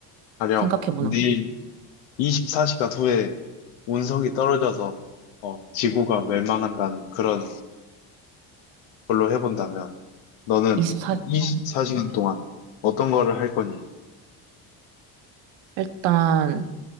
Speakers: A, on the left; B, on the right.
A: 가령
B: 생각해보는
A: 내일 24시간 후에 운석이 떨어져서, 어, 지구가 멸망한다는 그런 걸로 해본다면, 너는
B: 24시간.
A: 24시간 동안 어떤 거를 할 거니?
B: 일단